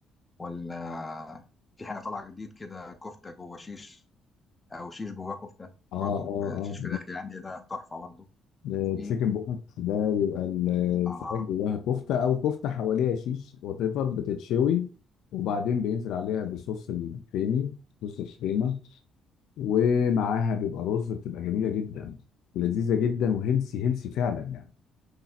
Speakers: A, on the left; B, on the left.
A: ولا في حاجه طالعه جديد كده كفته جوه شيش او شيش جواه كفته
B: اه
A: برضو آه،
B: اه
A: شيش فراخ يعني ده تحفه برضو
B: اه
A: وفي
B: تشيكن بوكس ده بيبقى ال-
A: اه
B: الفراخ جواها كفته او كفته حواليها شيش وات ايفر بتتشوي وبعدين بينزل عليها بالصوص الكريمي صوص الكريمه ومعاها بيبقى رز بتبقى جميله جدا ولذيذه جدا وهيلسي هيلسي فعلا يعني